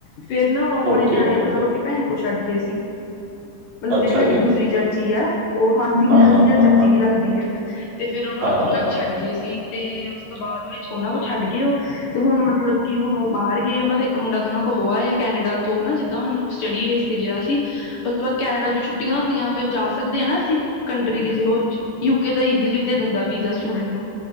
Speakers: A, on the left; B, on the right.
A: ਫਿਰ ਨਾ ਉਹ ਆਪਣੇ
B: ਓਕੇ
A: ਨਿਆਣਿਆਂ ਮਤਲਬ ਆਪਣੀ ਭੈਣ ਕੋਲ ਛੱਡ ਗਏ ਸੀ। ਮਤਲਬ
B: ਅੱਛਾ
A: ਜਿਹੜੀ ਸਾਡੀ
B: ਜੀ
A: ਦੂਸਰੀ ਚਾਚੀ ਹੈ ਉਹ ਮਾਸੀ ਵੀ
B: ਹਾਂ
A: ਲੱਗਦੀ
B: ਹਾਂ
A: ਹੈ
B: ਹਾਂ
A: ਚਾਚੀ
B: ਹਾਂ
A: ਵੀ ਲੱਗਦੀ ਹੈ। ਤੇ ਫਿਰ ਉਹ ਨਾ ਉਹਨਾਂ
B: ਹਾਂ ਹਾਂ
A: ਕੋਲ
B: ਹਾਂ
A: ਛੱਡ ਗਏ ਸੀ। ਤੇ ਉਸ ਤੋਂ ਬਾਅਦ ਵਿੱਚ ਉਹਨਾਂ ਕੋਲ ਛੱਡ ਗਏ ਉਹ ਤੇ ਹੁਣ ਮਤਲਬ ਕਿ ਹੁਣ ਉਹ ਬਾਹਰ ਗਏ ਉਹਨਾਂ ਦਾ ਇੱਕ ਮੁੰਡਾ ਤਾਂ ਉਹਨਾਂ ਕੋਲ ਹੋਆਇਆ ਹੈ ਕੈਨੇਡਾ ਤੋਂ ਨਾ ਜਿੱਦਾਂ ਹੁਣ ਸਟੱਡੀ ਵੇਸ ਤੇ ਗਿਆ ਸੀ ਉਸ ਤੋਂ ਬਾਅਦ ਕੈਨੇਡਾ ਚ ਛੁੱਟੀਆਂ ਹੁੰਦੀਆਂ ਫਿਰ ਜਾ ਸਕਦੇ ਹੈ ਨਾ ਅਸੀਂ ਕੰਟਰੀ ਕਿਸੇ ਹੋਰ ਚ ਯੂਕੇ ਦਾ ਈਜ਼ੀਲੀਦੇ ਦਿੰਦਾ ਵੀ ਸਟੂਡੈਂਟ ਨੂੰ